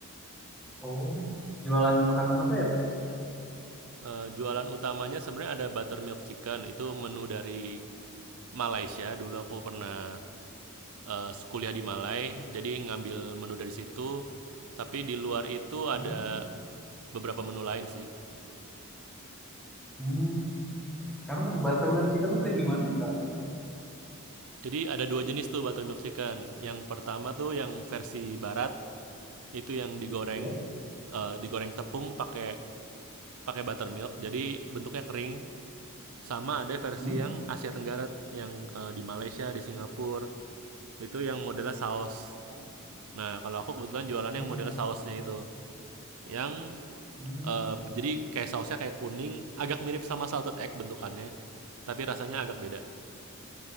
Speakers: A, in the centre; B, on the right (about 65°).
A: Oh, jualan makanan apa ya Kak?
B: Eee, jualan utamanya sebenarnya ada buttermilk chicken, itu menu dari Malaysia. Dulu aku pernah, eee, kuliah di Malai, jadi ngambil menu dari situ. Tapi di luar itu
A: Oh,
B: ada beberapa menu lain sih.
A: hmm. Emang buttermilk chicken tuh kayak gimana ya Kak?
B: Jadi ada dua jenis tuh buttermilk chicken. Yang pertama tuh yang versi barat, itu yang digoreng,
A: Iya.
B: eee, digoreng tepung pakai pakai buttermilk jadi bentuknya kering sama ada versi
A: Hmm?
B: yang Asia Tenggara yang eh, di Malaysia di Singapura itu yang modelnya saus
A: Oh,
B: nah kalau aku kebetulan jualannya
A: oh,
B: yang modelnya
A: oh.
B: sausnya itu yang
A: Hmm.
B: eh, jadi kayak sausnya kayak kuning agak mirip sama salted egg bentukannya tapi rasanya agak beda